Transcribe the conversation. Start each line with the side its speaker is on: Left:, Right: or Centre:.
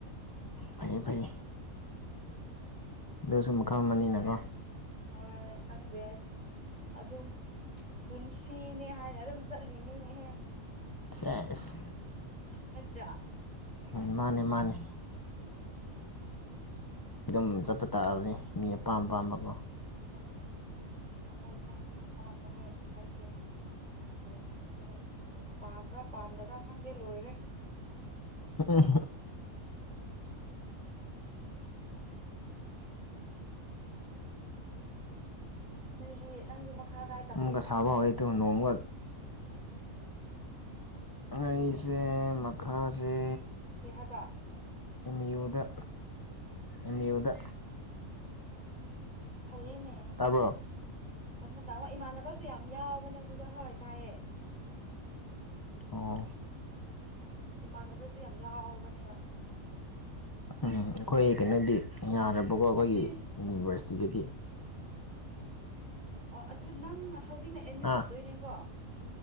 Left: ꯐꯩꯌꯦ ꯐꯩ ꯑꯗꯨꯁꯨ ꯃꯈꯜ ꯑꯃꯅꯤꯅꯀꯣ
Right: ꯍꯣꯏ ꯈꯪꯗꯦ ꯑꯗꯨꯝ ꯄꯨꯟꯁꯤ ꯁꯤꯅꯦ ꯍꯥꯏꯅ ꯑꯗꯨꯝ ꯆꯠꯂꯤꯅꯤꯅꯦꯍꯦ
Left: ꯁꯁ
Right: ꯅꯠꯇ꯭ꯔꯥ
Left: ꯎ ꯃꯥꯅꯦ ꯃꯥꯅꯦ ꯑꯗꯨꯝ ꯆꯠꯄ ꯇꯥꯛꯑꯕꯅꯤ ꯃꯤ ꯑꯄꯥꯝ ꯑꯄꯥꯝꯕꯀꯣ
Right: ꯍ ꯏꯁꯥ ꯏꯁꯥꯅ ꯑꯄꯥꯝꯕ ꯍꯥꯏꯕ ꯍꯥꯏꯁꯤꯔꯥ ꯀꯔꯤ ꯍꯥꯏꯁꯤꯔꯥ ꯈꯪꯗꯦ ꯄꯥꯝꯕ꯭ꯔꯥ ꯄꯥꯝꯗꯕ꯭ꯔꯥ ꯈꯪꯗꯦ ꯂꯣꯏꯔꯦ
Left: ꯑꯝ
Right: ꯅꯣꯏꯗꯤ ꯅꯪꯒꯤ ꯃꯈꯥ ꯀꯥꯏ ꯇꯝꯒꯦ
Left: ꯑꯃꯨꯛꯀ
Right: ꯈꯟꯕ꯭ꯔꯣ
Left: ꯁꯥꯕ ꯍꯧꯔꯦ ꯇꯨ ꯅꯣꯡꯃꯨꯛꯀ ꯉꯏꯁꯦ ꯃꯈꯥꯁꯦ
Right: ꯍꯦꯍꯕ
Left: ꯑꯦꯝ ꯌꯨꯗ ꯑꯦꯝ ꯌꯨꯗ
Right: ꯐꯩꯌꯦꯅꯦ
Left: ꯇꯥꯕ꯭ꯔꯣ
Right: ꯇꯝꯃꯣ ꯇꯥꯃꯣ ꯏꯃꯥꯟꯅꯕꯁꯨ ꯌꯥꯝ ꯌꯥꯎꯕꯅꯦ ꯑꯗꯨ ꯗ ꯍꯣꯏ ꯇꯥꯏꯌꯦ
Left: ꯑ
Right: ꯏꯃꯥꯟꯅꯕꯁꯨ ꯌꯥꯝ ꯌꯥꯎꯕꯅꯦꯕ
Left: ꯎꯝ ꯑꯩꯈꯣꯏ ꯀꯩꯅꯣꯗꯤ ꯌꯥꯔꯕꯀꯣ ꯑꯩꯈꯣꯏꯒꯤ
Right: ꯑꯗꯨꯗꯤ
Left: ꯌꯨꯅꯤꯚꯔꯁꯤꯇꯤꯗꯗꯤ
Right: ꯑꯣ ꯑꯗꯨ ꯅꯪ ꯍꯧꯖꯤꯛꯅ ꯑꯦꯝ ꯌꯨ
Left: ꯍꯥ
Right: ꯇꯝꯗꯣꯏꯅꯦꯀꯣ